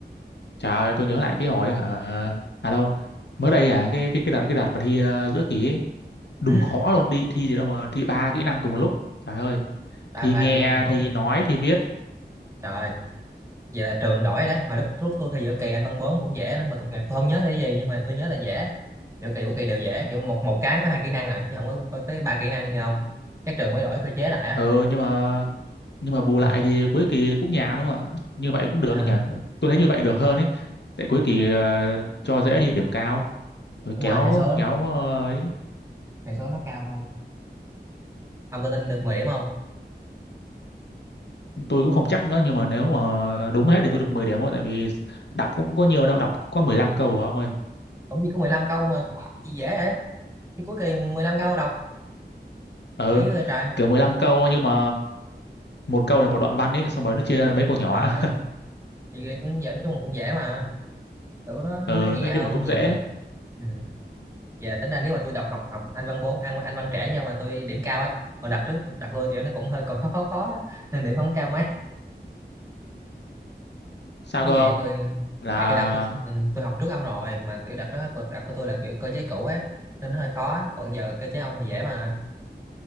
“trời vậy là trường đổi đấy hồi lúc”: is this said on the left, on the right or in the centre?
Right